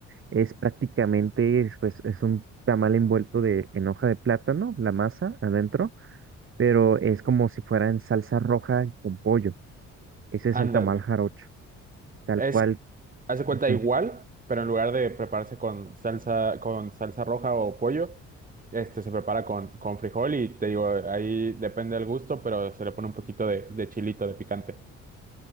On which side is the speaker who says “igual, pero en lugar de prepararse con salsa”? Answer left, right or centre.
Right